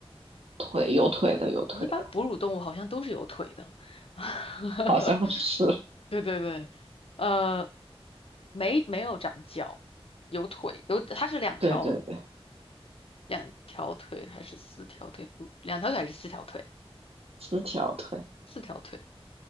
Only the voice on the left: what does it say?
一般哺乳动物好像都是有腿的。<laughs>
对对对，呃，没没有长脚，有腿，有它是两条
两条腿还是四条腿？不，两条腿还是四条腿啊？
四条腿。